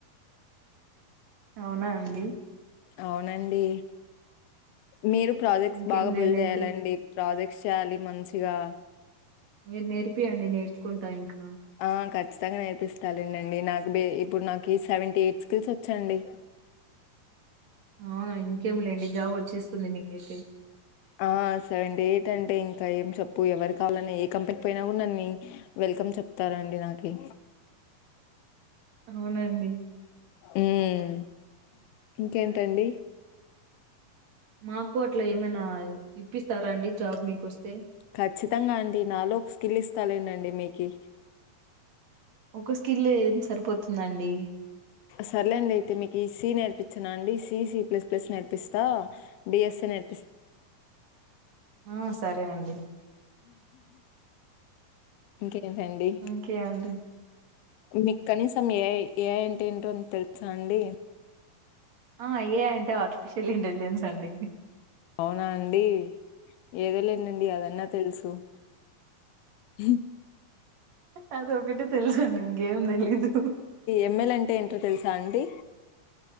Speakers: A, on the right; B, on the left.
A: అవునా అండి
B: అవునండి మీరు ప్రాజెక్ట్స్
A: ఇంకేం
B: బాగా
A: లేండి
B: బుల్ జెయ్యాలండి
A: అయితే
B: ప్రాజెక్ట్స్ చేయ్యాలి మంచిగా
A: మీరు నేర్పియండి నేర్చుకుంటా ఇంకా
B: ఆ ఖచ్చితంగా నేర్పిస్తాలెండండి నాకు డె ఇప్పుడు నాకీ సెవెంటీ ఎయిట్ స్కిల్స్ వచ్చండి
A: ఆ ఇంకేం లేండి జాబ్ వచ్చేస్తుంది మీకైతే
B: ఆ సెవెంటీ ఎయిట్ అంటే ఇంకా ఏం చెప్పు ఎవరు కావాలని ఏ కంపెనీకి పోయినా గుడ నన్ని వెల్కమ్ చెప్తారండి నాకి
A: అవునండి
B: మ్మ్ ఇంకేంటండి
A: మాకు అట్లా ఏమైనా ఇప్పిస్తారా అండి జాబ్ మీకొస్తే
B: ఖచ్చితంగా అండి నాలో ఒక స్కిల్ ఇస్తాలేండండి మీకి
A: ఒక స్కిల్ ఏం సరిపోతుందండి
B: సర్లేండి అయితే మీకి ఈ సి నేర్పిచిన అండి సి సి ప్లస్ ప్లస్ నేర్పిస్తా బి ఎస్ ఎన్ ఎల్
A: ఆ సరే అండి
B: ఇంకేంటండి?
A: ఇంకే అండి
B: మీకు కనీసం ఏ ఐ ఏ ఐ అంటే ఏంటోని తెలుసా అండి
A: ఆ ఏ ఐ అంటే ఆర్టిఫిషియల్ ఇంటెలిజెన్స్ అండి
B: అవునా అండి ఏదోలేండండి అదన్నా తెలుసు అ
A: అదొక్కటే తెలుసండి ఇంగేం దెలీదు
B: ఎమ్ ఎల్ అంటే ఏంటో తెలుసా అండి